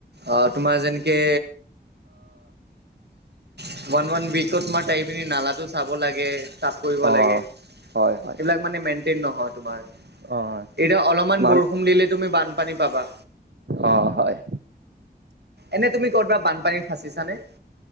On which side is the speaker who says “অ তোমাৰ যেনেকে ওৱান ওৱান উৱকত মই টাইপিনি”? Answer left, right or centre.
Right